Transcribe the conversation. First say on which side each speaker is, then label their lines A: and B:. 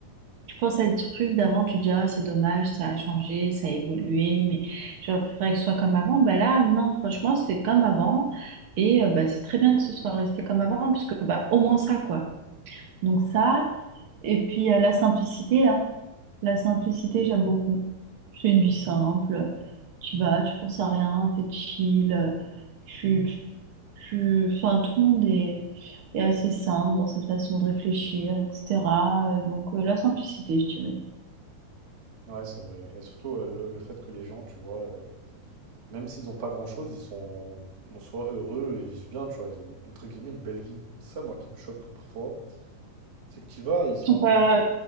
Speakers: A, on the right; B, on the right.
A: tu penses à des trucs d'avant, tu te dis, ah, c'est dommage, ça a changé, ça a évolué, mais j'aurais préféré que ce soit comme avant. Bah là, non, franchement, c'est comme avant. Et euh, bah, c'est très bien que ce soit resté comme avant, parce que bah, au moins ça, quoi. Donc ça, et puis euh, la simplicité, hein. La simplicité, j'aime beaucoup. C'est une vie simple. Tu vas, tu penses à rien, t'es chill. Tu, tu, tu- Enfin, tout le monde est, est assez simple dans sa façon de réfléchir, etc. Euh, Donc euh, la simplicité, je dirais.
B: Ouais, c'est vrai. Et surtout, euh, le, le fait que les gens, tu vois, euh, même s'ils n'ont pas grand-chose, ils sont en soi heureux, ils vivent bien, tu vois, ils ont, entre guillemets, une belle vie. C'est ça, moi, qui me choque parfois. C'est que tu y vas, ils sont...
A: Euh,